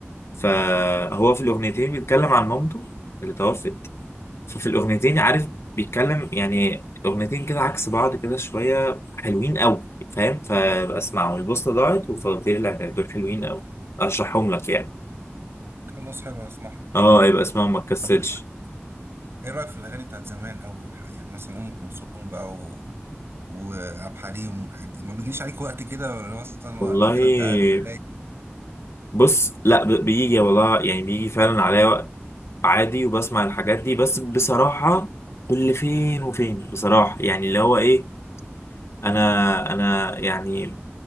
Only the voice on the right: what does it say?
خلاص حلو هسمعهم أكيد
طب أنت إيه رأيك في الأغاني بتاعت زمان قوي يعني مثلا أم كلثوم بقى و... وعبد الحليم والحاجات دي ما بيجيش عليك وقت كده ولا مثلا
وقت كده أنت قاعد رايق